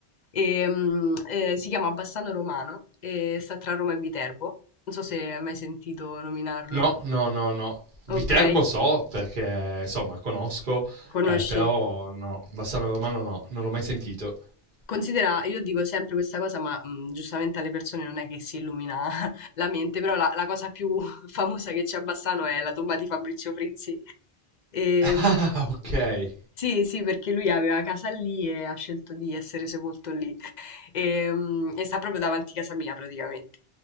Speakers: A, on the left (about 55°); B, on the right (about 55°).
A: E, mm, eh, si chiama Bassano Romano e sta tra Roma e Viterbo. Non so se hai mai sentito nominarlo.
B: No, no, no, no. Viterbo
A: Ok,
B: so perché, insomma, conosco,
A: conosci?
B: eh, però no, Bassano Romano no, non l'ho mai sentito. <laughs>
A: Considera, io dico sempre questa cosa, ma mh, giustamente alle persone non è che si illumina <laughs> la mente, però la, la cosa più <laughs> famosa che c'è a Bassano è la tomba di Fabrizio Frizzi. E,
B: Ah,
A: mh,
B: ok.
A: sì, sì, perché lui aveva casa lì e ha scelto di essere sepolto lì e, mm, e sta proprio davanti a casa mia praticamente.